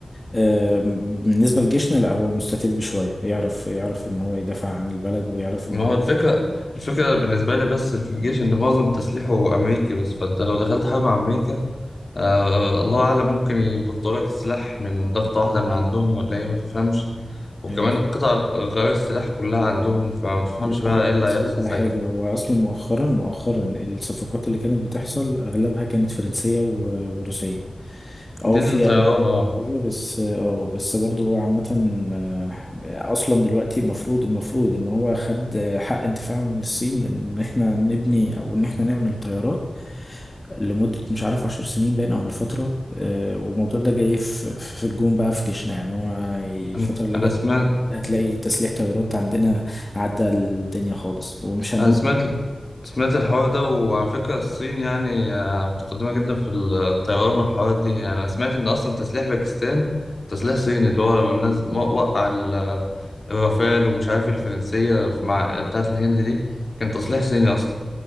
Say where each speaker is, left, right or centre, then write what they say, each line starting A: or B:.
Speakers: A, on the left (about 25°); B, on the left (about 55°).
A: آه، بالنسبه لجيشنا لا هو مستتب شويه يعرف يعرف ان هو يدافع عن البلد ويعرف
B: ما
A: ان هو
B: هو الفكرة الفكرة بالنسبة لي بس في الجيش إن معظم تسليحه أمريكي بس فأنت لو دخلت حرب مع أمريكا آه الله أعلم ممكن يبطلوا لك السلاح من ضغطة واحدة من عندهم ولا إيه ما تفهمش وكمان
A: آه،
B: القطع غيار السلاح كلها عندهم فما تفهمش
A: لا،
B: بقى
A: هو
B: إيه اللي
A: عايز
B: هيحصل
A: اقول لك على
B: ساعتها
A: حاجه هو اصلا مؤخرا مؤخرا الصفقات اللي كانت بتحصل اغلبها كانت فرنسيه و- وروسيه
B: دي
A: اه
B: الطيران
A: في امريكا
B: أه
A: كده بس اه بس برضه هو عامة آه، اصلا دلوقتي المفروض المفروض ان هو خد آه، حق انتفاع من الصين ان احنا نبني او ان احنا نعمل طيارات لمدة مش عارف عشر سنين باين او لفترة آه، والموضوع ده جاي في في الجون بقى في جيشنا يعني هو الفترة
B: أنا
A: اللي
B: أنا
A: جاية
B: سمعت
A: هتلاقي تسليح طيارات عندنا عدى الدنيا خالص ومش هنقول
B: أنا سمعت سمعت الحوار ده وعلى فكرة الصين يعني آه، متقدمة جدا في الطيران والحوارات دي يعني أنا سمعت إن أصلا تسليح باكستان تسليح صيني اللي هو لما نز- مو- وقع ال- الرافال ومش عارف الفرنسية مع بتاعت الهند دي كان تسليح صيني أصلا